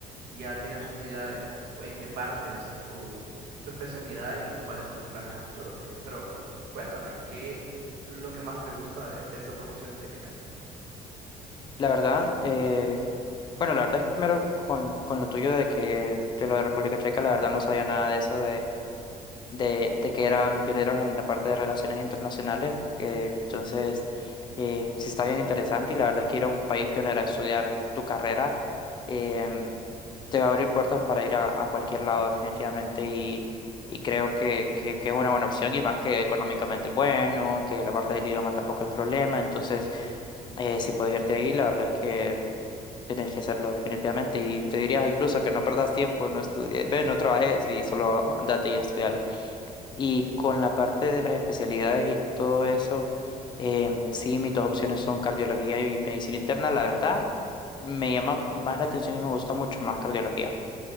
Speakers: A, on the right; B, on the left.
A: ya tienes una idea de en qué parte hacer tu, tu especialidad y cuáles son tus planes a futuro. Pero cuéntame, ¿qué es lo que más te gusta de, de esas dos opciones que tienes?
B: La verdad, eh, bueno, la verdad es primero con, con lo tuyo de que de lo de República Checa, la verdad no sabía nada de eso de, de que eran pioneros en la parte de relaciones internacionales, que entonces eh, sí está bien interesante y la verdad es que ir a un país pionero a estudiar tu carrera em, te va a abrir puertas para ir a, a cualquier lado definitivamente y, y creo que, que, que es una buena opción y más que económicamente bueno, que la parte del idioma tampoco es problema, entonces eh, si puedes irte ahí, la verdad es que... Tienes que hacerlo definitivamente y te diría incluso que no perdas tiempo, no estudies, ve, no trabajes y solo andate y estudialo. Y con la parte de las especialidades y todo eso, em, sí, mis dos opciones son cardiología y medicina interna. La verdad, me llama más la atención y me gusta mucho más cardiología.